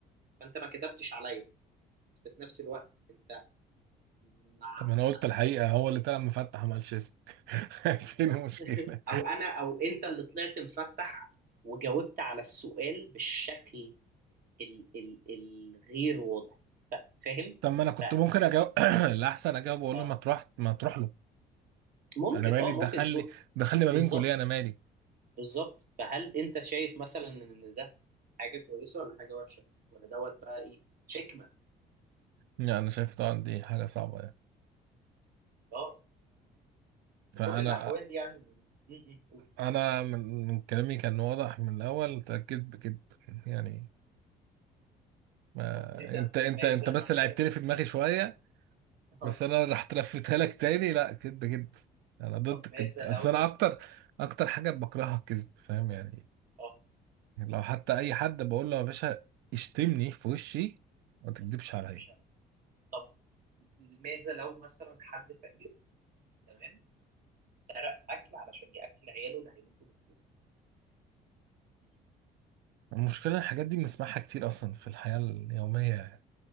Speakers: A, on the right; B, on the right.
A: فانت ما كذبتش عليا بس في نفس الوقت انت مع
B: طب ما انا
A: ما
B: قلت الحقيقة
A: ما
B: هو اللي طلع مفتح وما قالش اسمك <laughs>
A: بالظبط
B: فين المشكلة
A: او انا او انت اللي طلعت مفتح وجاوبت على السؤال بالشكل ال ال الغير واضح فا- فاهم
B: طب ما انا كنت
A: فا-
B: ممكن اجاوب <clears throat> الاحسن اجاوب واقول
A: آه،
B: له ما تروح ما تروح له
A: ممكن
B: انا مالي
A: اه
B: دخلني
A: ممكن تروح
B: دخلني ما
A: بالظبط
B: بينكم ليه انا مالي
A: بالظبط فهل انت شايف مثلا ان ده حاجه كويسه ولا حاجه وحشه ولا دوت بقى ايه حكمه
B: يعني انا شايف طبعا دي حاجة صعبة يعني
A: اه في
B: فانا
A: كل الأحوال يعني م- م. قول.
B: انا من من كلامي كان واضح من الاول تأكد بكده يعني ما
A: طب ماذا
B: انت انت
A: ماذا
B: انت بس
A: مثلا
B: لعبت لي في دماغي شوية
A: <laughs> اه
B: بس انا راح تلفتها لك تاني لا كدب كدب انا ضد
A: طب
B: الكدب
A: ماذا
B: اصل
A: لو
B: انا اكتر اكتر حاجه بكرهها الكذب فاهم يعني
A: اه
B: لو حتى اي حد بقول له يا باشا اشتمني في وشي ما تكدبش
A: بس ما تكذبش
B: عليا
A: عليا طب ماذا لو مثلا حد فقير تمام سرق أكل علشان يأكل عياله اللي هيموتوا من الجوع
B: المشكله الحاجات دي بنسمعها كتير اصلا في الحياه اليوميه يعني